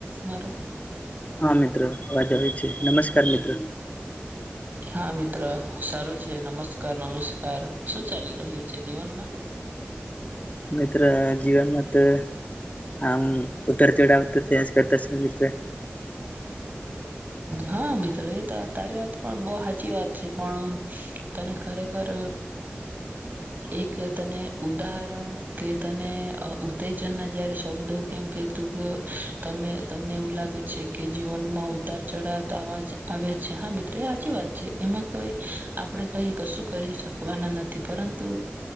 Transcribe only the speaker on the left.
હા મિત્ર અવાજ આવે છે. નમસ્કાર મિત્ર.
મિત્ર જીવનમાં તો આમ ઉતર ચઢાવ તો થયા જ કરતા છે મિત્ર.